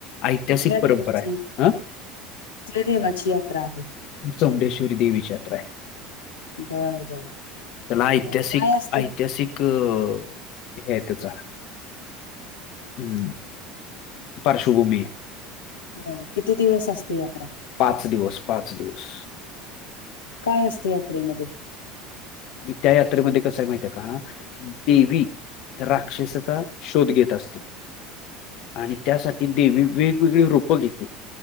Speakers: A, on the left; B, on the left.
A: ऐतिहासिक
B: कुठल्या देवाची
A: परंपरा आहे. हं
B: कुठल्या देवाची यात्रा आहे
A: <inaudible> चौंडेश्वरी देवीची यात्रा आहे
B: बर बर
A: त्याला ऐतिहासिक,
B: बर काय असतं
A: ऐतिहासिक हे त्याचा हम् पार्श्वभूमी
B: बर किती दिवस असते यात्रा?
A: पाच दिवस, पाच दिवस
B: काय असते यात्रेमध्ये?
A: त्या यात्रेमध्ये कसय माहितय आहे का? देवी राक्षसाचा शोध घेत असते. आणि त्यासाठी देवी वेगवेगळी रूपं घेते.